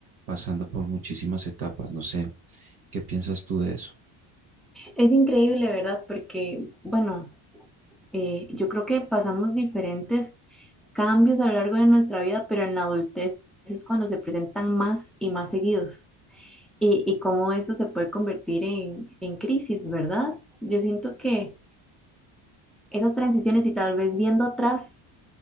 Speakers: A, on the right; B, in the centre.
A: pasando por muchísimas etapas. No sé, ¿qué piensas tú de eso?
B: Es increíble, ¿verdad? Porque, bueno, eh, yo creo que pasamos diferentes cambios a lo largo de nuestra vida, pero en la adultez es cuando se presentan más y más seguidos. Y, y cómo esto se puede convertir en, en crisis, ¿verdad? Yo siento que esas transiciones y tal vez viendo atrás.